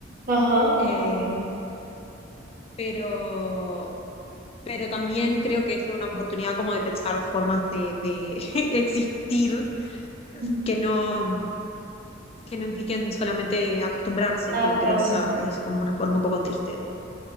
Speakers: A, on the right; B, on the left.
A: ajá,
B: Eh,
A: confirmo.
B: pero, pero también creo que es una oportunidad como de pensar formas de, de <laughs> existir
A: <laughs>
B: que no, que no impliquen solamente acostumbrarse,
A: Adaptarse,
B: que creo que esa es como una forma un poco triste de,